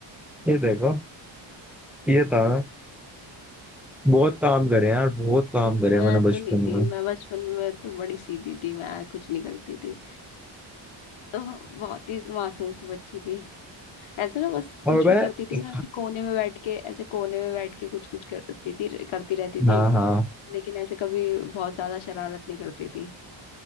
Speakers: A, in the centre; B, on the left (about 80°).
A: ये देखो ये था बहुत काम करे हैं यार बहुत काम करे
B: मैं
A: हैं मैंने
B: तो
A: बचपन
B: नहीं थी
A: में
B: मैं बचपन में तो बड़ी सीधी थी मैं कुछ नहीं करती थी तो बहुत ही मासूम सी बच्ची थी ऐसे ना बस
A: और
B: कुछ
A: भाई
B: भी करती थी ना ऐसे कोने में बैठ के ऐसे कोने में बैठ के कुछ कुछ करती थी करती रहती थी
A: हाँ हाँ
B: लेकिन ऐसे कभी बहुत ज्यादा शरारत नहीं करती थी